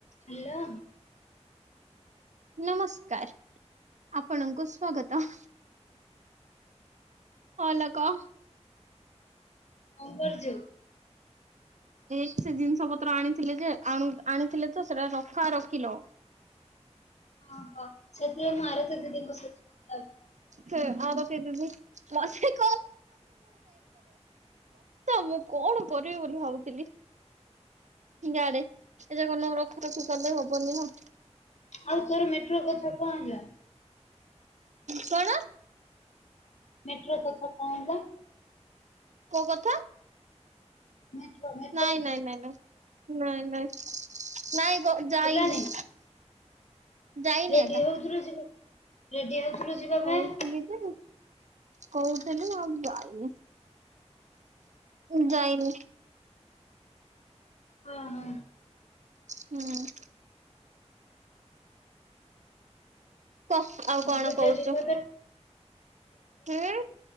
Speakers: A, on the left; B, on the right.
A: Hello.
B: ନମସ୍କାର୍ ଆପଣଙ୍କୁ ସ୍ଵାଗତ। ଅଲ କ
A: କଣ୍ କରୁଚୁ?
B: ଏଇ ସେ ଜିନିଷ ପତ୍ର ଆଣିଥିଲେ ଯେ ଆଣୁ-ଆଣିଥିଲେ ତ ସେଟା ରଖା- ରଖିଲ।
A: ଓହୋ ସେଥିପାଇଁ ମୁଁ ଆରତୀ ଦିଦିଙ୍କ ସହିତ କଥା। <unintelligible>
B: ସେ ଆରତୀ ଦିଦି <inaudible> ବ୍ୟସ୍ତ ମୁଁ କଣ କରିବି ବୋଲି ଭାବୁଥିଲି। ଗାଡେ ଏ <unintelligible> ନ ରଖୁ ରଖୁ କଲେ ହବନି ନା।
A: ଆଉ ତୋର ମେଟ୍ରୋ କଥା କଣ୍ ହେଲା?
B: କଣ?
A: ମେଟ୍ରୋ କଥା କଣ ହେଲା?
B: କଉ କଥା?
A: ମେଟ୍ରୋ -ନେ।
B: ନାଇଁ- ନାଇଁ- ନାଇଁଲୋ ନାଇଁ -ନାଇଁ-ନାଇଁ ଗୋ ଯାଇନି।
A: ହେଲାନି
B: ଯାଇନି
A: ରେଡି
B: ଏକା।
A: ହଉଥୁଲ ଯିବା-ରେଡି ହଉଥୁଲୁ ଯିବା
B: ହଉଥିଲି
A: ପାଇଁ
B: ଯେ କହୁଥିଲି ଆଉ ଯାଇନି ଉଁ- ଯାଇନି।
A: ଅ ହ।
B: ହୁଁ। କହ୍ ଆଉ
A: ମୁଁ
B: କଣ
A: କୋଠି
B: କହୁଚୁ?
A: ଅଛି କହ ତ
B: ହୁଁ।